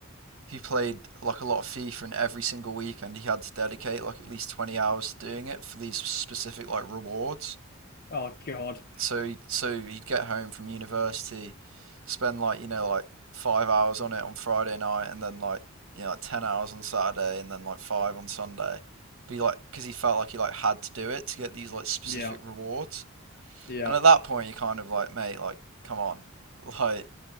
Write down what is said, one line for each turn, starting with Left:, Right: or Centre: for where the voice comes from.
Right: he played like a lot of FIFA, and every single weekend he had to dedicate like at least 20 hours to doing it for these specific like rewards.
Left: oh God.
Right: So he so he'd get home from university, spend like you know like five hours on it on Friday night, and then like you know like ten hours on Saturday, and then like five on Sunday. Be like because he felt like he like had to do it to get these like specific
Left: Yeah.
Right: rewards.
Left: Yep.
Right: And at that point, you're kind of like, mate, like come on, <laughs> like